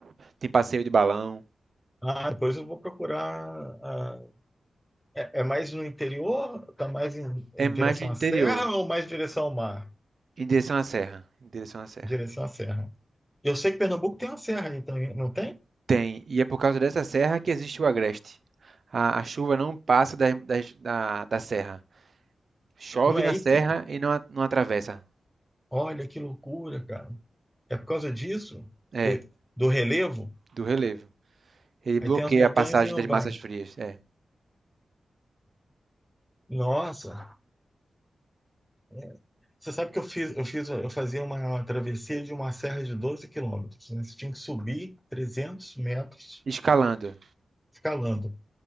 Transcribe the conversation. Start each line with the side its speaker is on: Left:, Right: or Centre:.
Right: tem passeio de balão.
Centre: Ah, depois eu vou procurar. ah, é, é mais no interior? Está mais em, em
Right: É mais
Centre: direção
Right: do interior,
Centre: à serra ou mais direção ao mar?
Right: em direção à serra, em direção à serra.
Centre: Direção à serra. Eu sei que Pernambuco tem uma serra aí também, não tem?
Right: Tem, e é por causa dessa serra que existe o agreste. A, a chuva não passa da, das- da, da serra. Chove
Centre: Não é
Right: na
Centre: aí
Right: serra
Centre: que tem
Right: e não, a- não atravessa.
Centre: Olha que loucura, cara. É por causa disso?
Right: É,
Centre: De- do relevo?
Right: do relevo. Ele bloqueia
Centre: Aí tem as montanhas
Right: a passagem
Centre: e não
Right: das
Centre: vai.
Right: massas frias. É.
Centre: Nossa. É. Você sabe que eu fiz, eu fiz, eu fazia uma travessia de uma serra de 12 quilômetros, né? Você tinha que subir 300 metros
Right: escalando.
Centre: escalando.